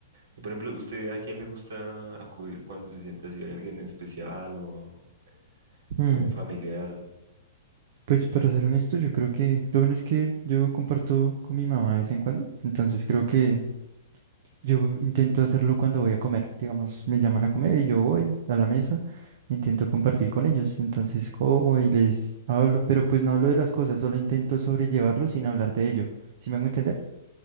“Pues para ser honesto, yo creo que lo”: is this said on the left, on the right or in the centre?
Right